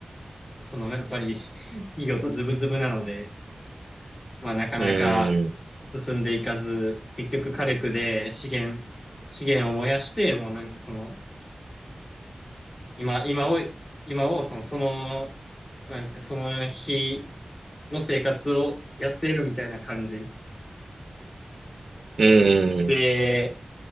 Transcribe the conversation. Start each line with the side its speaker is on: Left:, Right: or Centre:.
Left: その、やっぱり、企業とズブズブなので、まあ、なかなか進んでいかず、
Right: い。うん。
Left: 結局火力で資源、資源を燃やして、もうなんかその、今、今を、今をその、その、なんですか、その日の生活をやっているみたいな感じ。
Right: う
Left: で、
Right: ん。